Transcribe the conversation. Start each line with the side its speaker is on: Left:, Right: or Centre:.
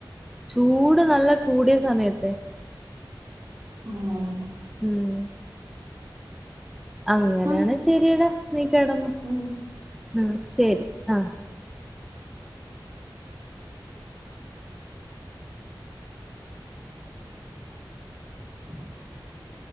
Centre: ചൂട് നല്ല കൂടിയ സമയത്തെ
Right: ഉം
Centre: ഉം അങ്ങനെയാണെ
Right: ആഹ്
Centre: ശെരിയടാ നീ കെടന്നൊ
Right: ഉം
Centre: ഉം ശരി ആഹ്
Right: <unintelligible>